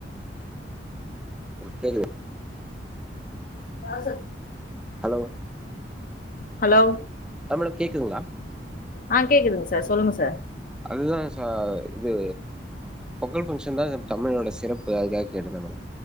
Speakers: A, in the centre; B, on the left.
A: கேக்குதா
B: <unintelligible>
A: ஹலோ
B: ஹலோ
A: நம்மளுக் கேக்குதுங்களா
B: ஆ கேக்குதுங்க சார் சொல்லுங்க சார்
A: அதுதா சார் இது பொங்கல் பங்க்ஷன் தா தமிழோட சிறப்பு அதுக்காக கேட்டு நம